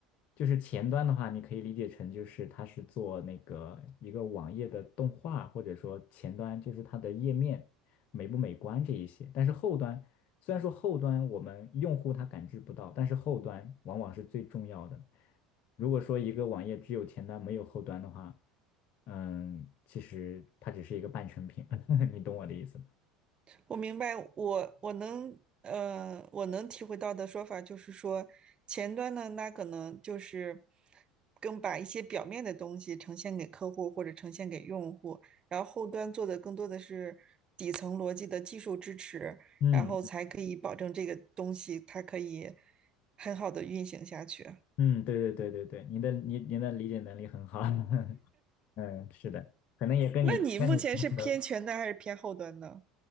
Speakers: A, on the left; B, on the right.
A: 就是前端的话，你可以理解成就是它是做那个一个网页的动画，或者说前端就是它的页面美不美观这一些。但是后端虽然说后端我们用户他感知不到，但是后端往往是最重要的。如果说一个网页只有前端没有后端的话，嗯，其实它只是一个半成品，<laughs> 你懂我的意思吗？
B: 我明白，我我能呃，我能体会到的说法就是说，前端呢，那可能就是更把一些表面的东西呈现给客户或者呈现给用户，然后后端做的更多的是底层逻辑的技术支持，
A: 嗯
B: 然后才可以保证这个东西它可以很好的运行下去。
A: 嗯，对对对对对，你的你你的理解能力很好，<laughs> 嗯，是的，可能也跟你跟你同事的，
B: 那你目前是偏前端还是偏后端呢？